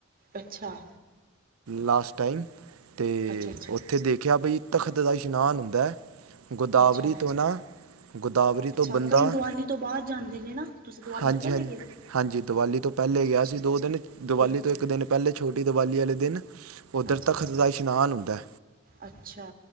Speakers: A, on the right; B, on the right.
A: ਅੱਛਾ
B: ਲਾਸਟ ਟਾਈਮ ਤੇ
A: ਅੱਛਾ ਅੱਛਾ ਅੱਛਾ
B: ਉੱਥੇ ਦੇਖਿਆ ਬਈ ਤਖਤ ਦਾ ਇਸ਼ਨਾਨ ਹੁੰਦਾ ਹੈ, ਗੋਦਾਵਰੀ
A: ਅੱਛਾ
B: ਤੋਂ ਨਾ ਗੋਦਾਵਰੀ
A: ਅੱਛਾ
B: ਤੋਂ ਬੰਦਾ
A: ਕਈ ਦੀਵਾਲੀ ਤੋਂ ਬਾਅਦ ਜਾਂਦੇ ਨੇ ਨਾ ਤੁਸੀਂ ਦੀਵਾਲੀ
B: ਹਾਂਜੀ-ਹਾਂਜੀ-ਹਾਂਜੀ
A: ਤੋਂ ਪਹਿਲੇ ਗਏ ਸੀ
B: ਦੀਵਾਲੀ ਤੋਂ ਪਹਿਲੇ
A: ਅੱਛਾ
B: ਗਿਆ
A: ਅੱਛਾ
B: ਸੀ, ਦੋ ਦਿਨ ਦਿਵਾਲੀ
A: ਠੀਕ
B: ਤੋਂ
A: ਹੈ
B: ਇੱਕ ਦਿਨ ਪਹਿਲੇ ਛੋਟੀ ਦਿਵਾਲੀ ਵਾਲੇ ਦਿਨ ਉੱਧਰ
A: ਅੱਛਾ
B: ਤਖ਼ਤ
A: ਅੱਛਾ
B: ਦਾ ਇਸ਼ਨਾਨ ਹੁੰਦਾ
A: ਅੱਛਾ